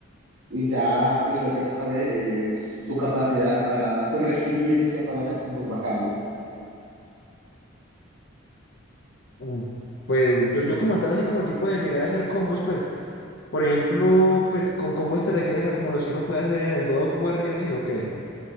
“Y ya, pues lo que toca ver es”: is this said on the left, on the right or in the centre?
Right